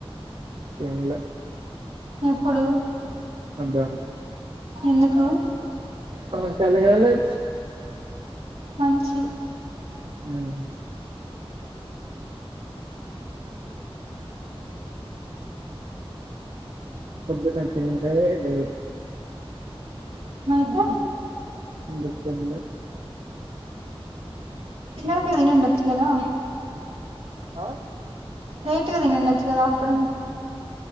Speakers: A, on the right; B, on the right.
A: తినలే
B: ఇప్పుడు
A: మధ్యాహ్నం
B: ఎందుకు
A: మనం తాలాగలన్స్
B: మంచిది
A: హుమ్మ్ పపదున్నే తినిందే డే
B: అయితే
A: అందుకు తిన్లే
B: ఇలాంటి వైన తిన్నచు కదా
A: ఆ
B: నైట్ కి తినిండొచ్చు కదా ఆఫ్టర్నూన్